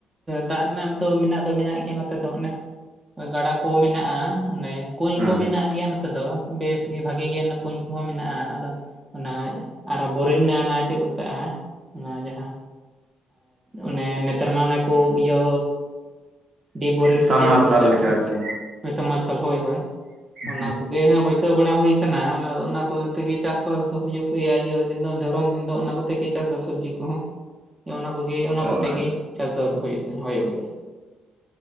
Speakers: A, on the right; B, on the right.
A: ᱫᱟᱜ ᱨᱮᱱᱟᱜ ᱫᱚ ᱢᱮᱱᱟᱜ ᱫᱚ ᱢᱮᱱᱟᱜ ᱜᱮᱭᱟ ᱱᱚᱛᱮ ᱫᱚ ᱚᱱᱮ ᱜᱟᱰᱟ ᱠᱚ ᱢᱮᱱᱟᱜ-ᱟ ᱚᱱᱮ ᱠᱩᱧ
B: ᱦᱩᱸ
A: ᱠᱚ ᱢᱮᱱᱟᱜ ᱜᱮᱭᱟ ᱱᱚᱛᱮ ᱫᱚ ᱵᱮᱥ ᱜᱮ ᱵᱷᱟᱜᱮ ᱜᱮ ᱠᱩᱧ ᱠᱚᱦᱚᱸ ᱢᱮᱱᱟᱜ-ᱟ ᱟᱫᱚ ᱚᱱᱟ ᱵᱳᱨᱤᱱ ᱨᱮᱱᱟᱜ ᱚᱱᱟ ᱪᱮᱫ ᱢᱮᱛᱟᱜ-ᱟ ᱚᱱᱟ ᱡᱟᱦᱟᱸ ᱚᱱᱮ ᱱᱮᱛᱟᱨ ᱢᱟ ᱚᱱᱟ ᱠᱚ ᱤᱭᱟᱹ ᱰᱤ ᱵᱳᱨᱤᱱ
B: ᱥᱟᱢ
A: ᱥᱮ ᱪᱮᱫᱠᱚ
B: ᱢᱟᱨᱥᱟᱞ
A: ᱢᱮᱛᱟᱜ
B: ᱞᱮᱠᱟ
A: ᱠᱟᱱ
B: ᱟᱨᱠᱤ
A: ᱦᱳᱭ ᱥᱟᱢ ᱢᱟᱨᱥᱟᱞ ᱦᱳᱭ ᱦᱳᱭ ᱾ ᱚᱱᱟ
B: ᱦᱳᱭ
A: ᱠᱚ ᱜᱮ ᱦᱚᱸ ᱵᱟᱹᱭᱥᱟᱹᱣ ᱵᱟᱲᱟ ᱦᱩᱭᱠᱟᱱᱟ ᱚᱱᱟ ᱦᱮᱸ ᱦᱮᱸ ᱜᱮ ᱦᱟᱜ ᱵᱟᱹᱭᱥᱟᱹᱣ ᱵᱟᱲᱟ ᱦᱩᱭ ᱠᱟᱱᱟ ᱚᱱᱟ ᱠᱚ ᱛᱮᱜᱮ ᱪᱟᱥ ᱵᱟᱥ ᱫᱚ ᱦᱩᱭᱩᱜ ᱜᱮᱭᱟ ᱤᱭᱟᱹ ᱫᱤᱱ ᱫᱚ ᱫᱷᱚᱨᱚᱱ ᱫᱤᱱ ᱫᱚ ᱚᱱᱟ ᱠᱚ ᱛᱮᱜᱮ ᱪᱟᱥ ᱫᱚ ᱥᱚᱵᱽᱡᱤ ᱠᱚᱦᱚᱸ ᱚᱱᱟ ᱠᱚᱜᱮ ᱚᱱᱟ
B: ᱦᱳᱭ
A: ᱠᱚᱛᱮ ᱜᱮ ᱪᱟᱥ ᱟᱫᱚ ᱦᱩᱭᱩᱜ ᱦᱚᱭᱚᱜ ᱜᱮᱭᱟ᱾